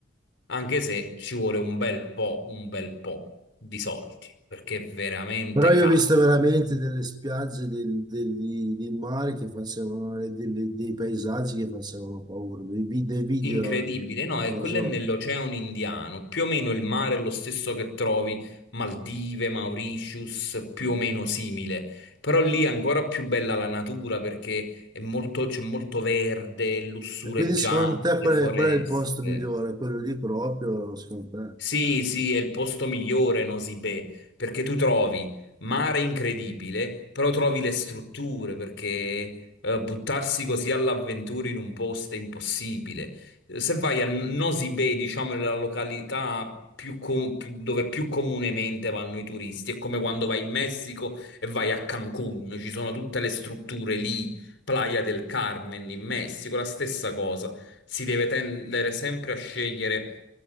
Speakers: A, on the left; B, on the right.
A: Anche se ci vuole un bel po', un bel po' di soldi, perché è veramente
B: Però io
A: caro.
B: ho visto veramente delle spiagge del, del- di- del mare che facevano, e delle- dei paesaggi che facevano paura, dei, vi- dei video,
A: Incredibile,
B: eh,
A: no? E
B: non
A: quello
B: so.
A: è nell'Oceano Indiano, più o meno il mare è lo stesso che trovi Maldive, Mauritius, più
B: eh.
A: o meno simile, però lì è ancora più bella la natura perché è molto- c'è molto verde, lussureggiante,
B: E quindi secondo te qual
A: foreste.
B: è, qual è il posto migliore? Quello lì proprio, secondo te?
A: Sì, sì, è il posto migliore, Nosibè, perché tu trovi mare incredibile, però trovi le strutture, perché eh, buttarsi così all'avventura in un posto è impossibile. Se vai a Nosibè, diciamo, è la località più co- più- dove più comunemente vanno i turisti, è come quando vai in Messico e vai a Cancun, ci sono tutte le strutture lì, Playa del Carmen in Messico, la stessa cosa si deve tendere sempre a scegliere